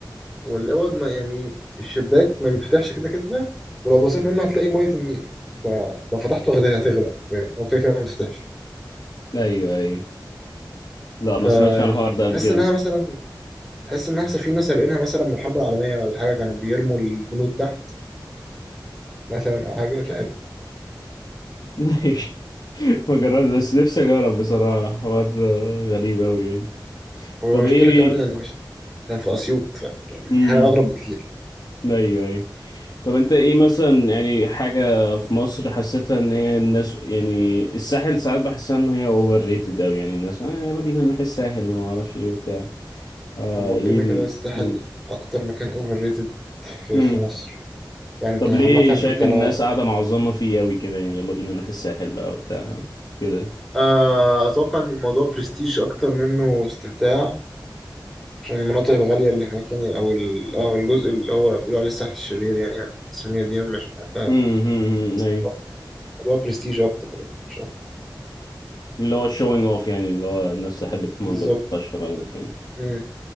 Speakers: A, in the centre; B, on the left.
A: والأوض ما يعني الشباك ما بيتفتحش كده كده ولو بصيت منه هتلاقي مية النيل انت لو فتحته هت- هتغرق حرفياً. هو كده كده ما بيتفتحش
B: ايوه ايوه لا ما
A: فيعني
B: سمعتش عن الحوار ده قبل
A: تحس
B: كده
A: انها مثلا تحس انها سفينة سارقينها مثلا من الحرب العالمية ولا حاجة كانوا بيرموا البنود تحت مثلا او حاجة مش عارف
B: <laughs> ما جربت بس نفسي اجرب بصراحة حوار آه، غريب اوي يعني
A: هو
B: طب
A: المشكلة
B: ايه
A: كمان يعني مش كان في أسيوط ف- يعني كانت
B: امم
A: حاجة أغرب بكتير
B: ايوه ايوه طب انت ايه مثلا يعني حاجة في مصر حسيتها ان هي الناس يعني الساحل ساعات بحسها ان هي اوفر ريتد اوي يعني الناس آه يلا بينا نروح الساحل وما اعرفش ايه وبتاع اه
A: هو
B: ايه
A: كده
B: ال...
A: كده الساحل
B: بن-
A: أكتر مكان أوفر ريتد في
B: هم.
A: في مصر يعني
B: طب ليه
A: عامة
B: شايف
A: أنت
B: ان
A: لو
B: الناس قاعدة معظمة فيه اوي كده يعني يلا بينا نروح الساحل بقى وبتاع كده
A: آه، أتوقع إن الموضوع برستيج أكتر منه استمتاع عشان المناطق الغالية اللي هناك يعني أو ال... أو الجزء اللي هو بيقولوا عليه الساحل الشرير يعني, يعني التسمية دي مش بحبها
B: هم، هم، هم،
A: بس
B: ايوه
A: آه، الموضوع برستيج أكتر يعني مش أكتر
B: اللي هو showing off يعني اللي هو الناس تحب تمنظر
A: بالظبط
B: تفشخر قصدك
A: مم.